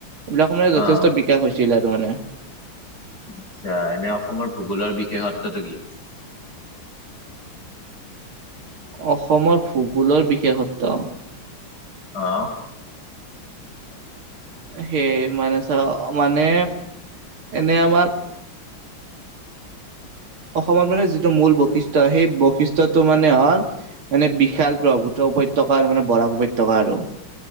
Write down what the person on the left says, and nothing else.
অ
আচ্ছা এনে অসমৰ ভূগোলৰ বিশেষত্বটো কি?
অ',